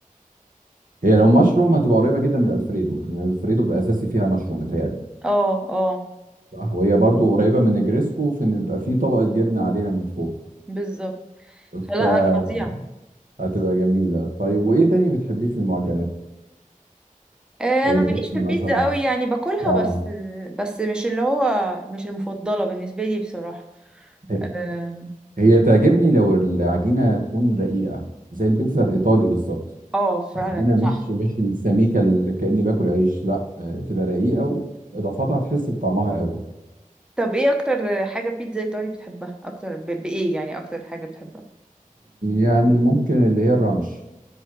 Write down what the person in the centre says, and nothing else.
اه اه
بالظبط
فلا فظيعه
آه،
انا
ماليش في البيتزا
قوي يعني باكلها
بس بس مش اللي هو مش المفضله بالنسبه لي بصراحه
اه
آه، فعلا
صح
طب ايه اكتر حاجة بيتزا ايطالي بتحبها اكتر ب... بايه يعني اكتر حاجة بتحبها